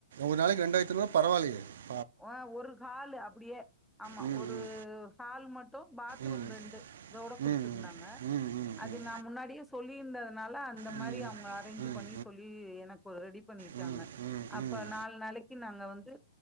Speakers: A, on the right; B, in the centre.
A: ஒர் நாளக்கு ரெண்டாயிரத்து ரூவாஈ பரவாயில்ல பரவியிகக்ங
B: ஆ ஒரு ஹாலு அப்படியே ஆமா
A: ம்
B: ஒரு
A: ம்
B: ஹால் மட் பாத்ரூம்
A: ம்
B: ரெண்டு இதோட குடுத்திருந்தாங்க
A: ம் ம் ம் ம்
B: அது
A: ம்
B: நா முன்னாடியே சொல் குளி இருந்ததுனால அந்த
A: ம்
B: மாரி அவு அரேஞ்ச்
A: ம் ம்
B: பண்ணி சொல்லி எனக் போ ரெடி பண்ணிட்டாங்க
A: ம்
B: அப்ப நாலு நாளைக்கு நாங்க வந்து